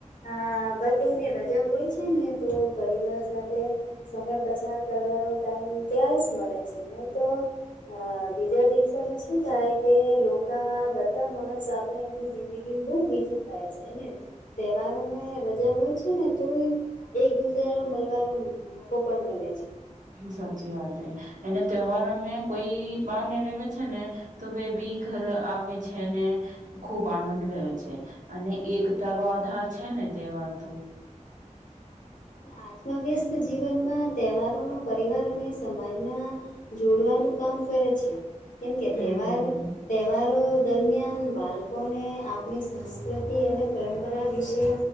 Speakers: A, on the left; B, on the right.
A: આ બધુંને રજા હોય છે, ને તો પરિવાર સાથે સમય પછાર કરવાનો ટાઈમ ત્યાંય જ મલે છે, નહીં તો અ બીજા દિવસોમાં શું થાય કે લોકા બધા માણસ આપણી ની જિંદગીમાં બો બીઝી થાય છે, ને તહેવારોમાં રજા હોય છે, ને તો એ એક દુજરા નો મલવાનો મોકો પણ મલે છે.
B: સાચી વાત એનો તહેવાર અમે કોઈ બાર ને રેવે છે ને તો બે બી ઘર આવે છે, ને ખુબ આનંદ લેવે છે, અને એકતા રો આધાર છે, ને તહેવાર તો
A: અને આજના વ્યસ્ત જીવનમાં તહેવારોનો પરિવાર અને સમાજના જોડવાનું કામ કરે છે, કેમકે
B: હમ
A: તહેવાર
B: હમ.
A: તહેવારો દરમિયાન બાલકોને આપણી સંસ્કૃતિ અને પરંપરા વિશે